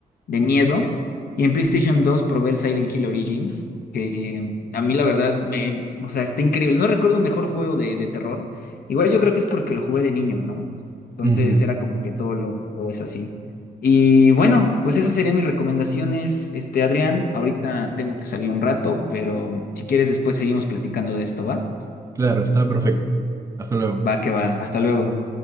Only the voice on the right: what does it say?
Ujú.
Claro, está perfecto. Hasta luego.